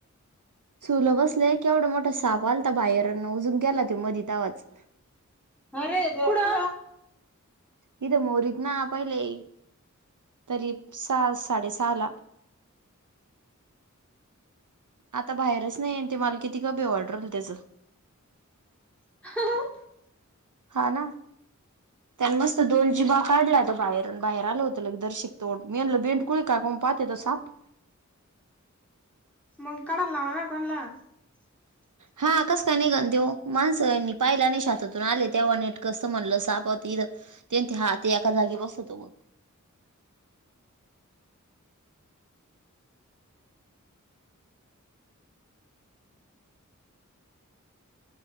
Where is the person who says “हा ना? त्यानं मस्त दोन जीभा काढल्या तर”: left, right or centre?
Right